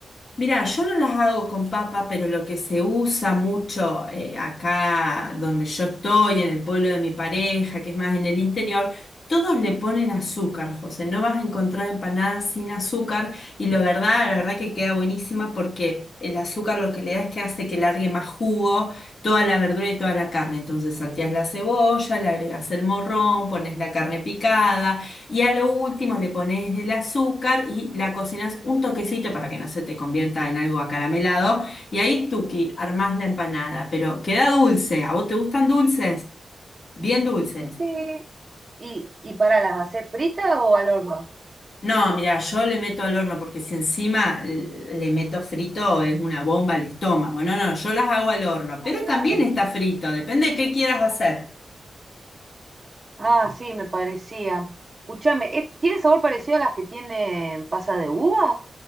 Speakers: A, on the left (about 60°); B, on the right (about 40°).
A: Mira, yo no las hago con papa, pero lo que se usa mucho eh, acá donde yo estoy, en el pueblo de mi pareja, que es más en el interior, todos le ponen azúcar, José. No vas a encontrar empanadas sin azúcar y la verdad, la verdad que queda buenísima porque el azúcar lo que le da es que hace que largue más jugo toda la verdura y toda la carne. Entonces salteás la cebolla, le agregas el morrón, pones la carne picada. Y a lo último le pones el azúcar y la cocinas un toquecito para que no se te convierta en algo acaramelado. Y ahí, tuki, armás la empanada, pero queda dulce. ¿A vos te gustan dulces? Bien dulces.
B: Sí, ¿Y, y para las hacer fritas o al horno?
A: No, mira, yo le meto al horno porque si encima l- le meto frito es una bomba al estómago. No, no, yo las hago al horno,
B: ah,
A: pero
B: claro.
A: también está frito, depende de qué quieras hacer.
B: Ah, sí, me parecía. Escúchame, ¿eh, ¿tiene sabor parecido a las que tienen pasa de uva?